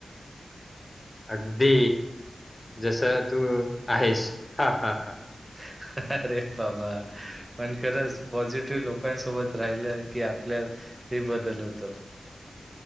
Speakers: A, on the left; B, on the right.
A: अगदी जस तू आहेस हा हा ह.
B: <inaudible> अरे बाबा. पण खरंच पॉझिटिव्ह लोकांसोबत राहिलं की आपल्या ते बदल होत.